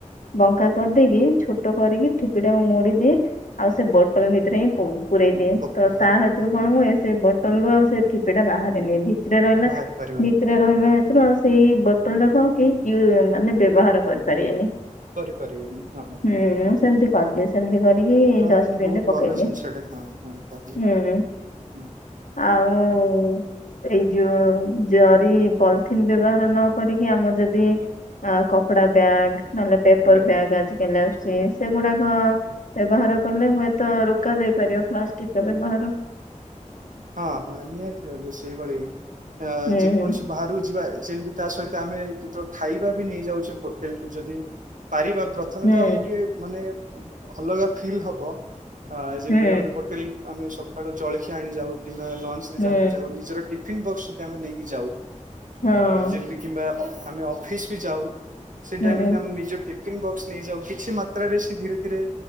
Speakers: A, on the left; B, on the right.
A: ବଙ୍କା କରିଦେଇକି ଛୋଟ କରିକି ଠିପିଟାକୁ ମୋଡ଼ି ଦିଏ, ଆଉ ସେ ବୋଟଲ ଭିତରେ ହିଁ ପଉ ପୂରେଇ ଦିଏ
B: ପକେଇବି
A: ତ ତା ହେତୁରୁ
B: ହଁ
A: କଣ ହୁଏ ସେ ବୋଟଲ ରୁ ଆଉ ସେ ଠିପି ଟା ବାହାରାରେନି। ଭିତରେ ରହିଲା
B: ବାହାରି ପାରିବନି
A: ଭିତରେ ରହିବା ହେତରୁ ଆଉ ସେହି ବୋତଲ ଟାକୁ ଆଉ କେହି ୟୁରେରଲ୍ ମାନେ ବ୍ୟବହାର କରିପାରେଏନି।
B: କରିପାରିବେନି ହଁ ହଁ,
A: ହୁଁ
B: ହଁ,
A: ମୁଁ
B: ହଁ।
A: ସେମିତି କରିଦିଏ ସେମିତି କରିକି
B: ହଁ
A: ଡଷ୍ଟବିନ
B: ନାଇଁ ବହୁତ
A: ରେ ପକେଇଦିଏ।
B: ଭଲ ଜିନିଷଟେ ହଁ ହଁ କହିଲେ।
A: ହୁଁ।
B: ହୁଁ,
A: ଆଉ ଏଇ ଯୋଉ ଜରି ପଲିଥିନ୍ ବ୍ୟବହାର ନ କରିକି ଆମ ଯଦି ଆ କପଡ଼ା ବ୍ୟାଗ ନହେଲେ ପେପର
B: ବେ
A: ବ୍ୟାଗ ଆଜି କାଲି ସେ ସେଗୁଡାକ ବ୍ୟବହାର କଲେ ହୁଏତ ରୋକ ଯାଇ ପାରିବ ପ୍ଲାଷ୍ଟିକ ର ବ୍ୟବହାର।
B: ହଁ ହଁ ନିହାତି ଜରୁରି ସେଇଭଳି ଆ
A: ହୁଁ
B: ଯେକୌଣସି ବାହାରକୁ ଯିବା ଯେମିତି ତା ସହି ଆମେ ତୋ ତୋ ଖାଇବା ବି ନେଇ ଯାଉଚେ ହୋଟେଲ କୁ ଯଦି ପାରିବା ପ୍ରଥମେ
A: ହୁଁ
B: ତ ଆମ ଟିକେ ମାନେ ଅଲଗା ଫିଲ୍ ହବ। ଆ ଯେମତି
A: ହୁଁ
B: ଆମେ ହୋଟେଲ ଆମେ ସକାଳୁ ଜଳଖିଆ ଆଣି ଯାଉ କିମ୍ବା ଲଞ୍ଚ ରେ
A: ହୁଁ
B: ଯାହାବି ଯାଉ ନିଜର ଟି ପିନ୍ ବକ୍ସ୍ ଆମେ ନେଇକି ଯାଉ,
A: ହୁଁ ହଁ
B: ଆ ଯେମିତି କିମ୍ବା ଆମେ ଅଫିସ ବି ଯାଉ ସେଇ ଟାଇମରେ
A: ହୁଁ
B: ଯଦି ଆମେ ନିଜ ଟିଫନ୍ ବକ୍ସ୍ ନେଇଯାଉ କିଛି ମାତ୍ରାରେ ସେ ଧୀରେ ଧୀରେ